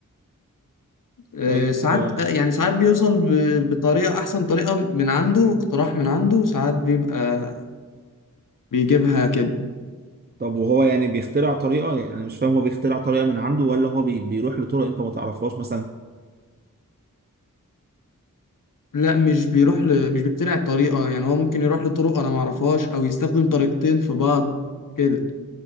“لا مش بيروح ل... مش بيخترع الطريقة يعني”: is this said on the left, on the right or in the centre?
Left